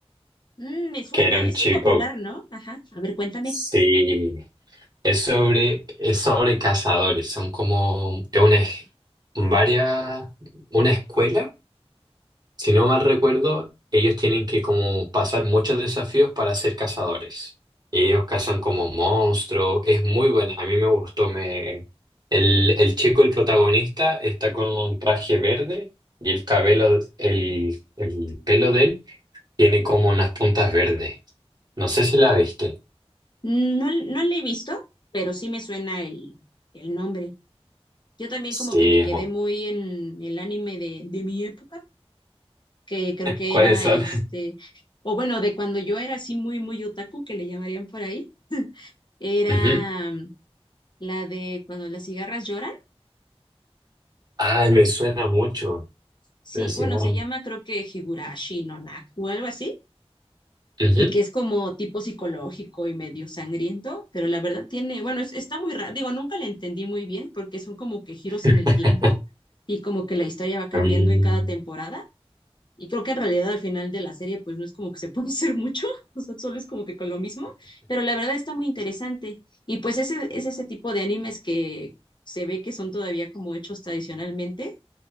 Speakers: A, on the left; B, on the right.
A: Mm, me suena,
B: Que era un
A: es
B: chico.
A: muy popular, ¿no? Ajá, a ver, cuéntame.
B: Sí. Es sobre, es sobre cazadores. Son como es una, es- varias, una escuela Si no mal recuerdo, ellos tienen que como pasar muchos desafíos para ser cazadores. Y ellos cazan como monstruos. Es muy buena. A mí me gustó. Me... El, el chico, el protagonista, está con un traje verde y el cabello, el, el pelo de él tiene como unas puntas verdes. No sé si la viste.
A: Mm, No, no la he visto, pero sí me suena el, el nombre. Yo también
B: Sí,
A: como que me quedé
B: es bueno.
A: muy en el anime de, de mi época que creo que
B: ¿Cuáles
A: era
B: son?
A: este, o bueno, de cuando yo era así muy, muy otaku, que le llamarían por ahí, era
B: <laughs> Ujú.
A: mm, la de cuando las cigarras lloran.
B: Ay, me suena mucho.
A: Sí,
B: La cigarra.
A: bueno, se llama creo que Higurashi no Naku o algo así,
B: Ujú.
A: y que es como tipo psicológico y medio sangriento, pero la verdad tiene, bueno, es- está muy raro, digo, nunca la entendí muy bien porque son como que giros
B: <laughs>
A: en el tiempo y como que la historia va cambiando
B: Mm,
A: en cada temporada Y creo que en realidad al final de la serie, pues no es como que se <laughs> puede hacer mucho, <laughs> o sea, solo es como que con lo mismo, pero la verdad está muy interesante. Y pues ese, es ese tipo de animes que se ve que son todavía como hechos tradicionalmente,